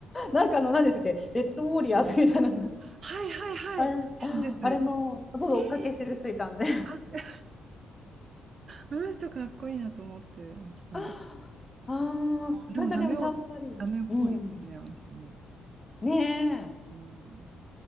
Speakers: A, on the left; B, on the right.
A: なんかあの、何でしたっけ、レッドウォーリアーズみたいなと
B: はいはいはい。
A: あれ、
B: ですです。
A: あれの、そうそう、
B: えー、
A: 追っかけしてる人いたんで。
B: あ、あの人かっこいいなと思ってましたね。
A: ああー、
B: でもダメを、
A: なんかでもさっぱり。
B: ダメっぽいですよね、
A: うん。
B: あの人ね。
A: ねえ。
B: うん。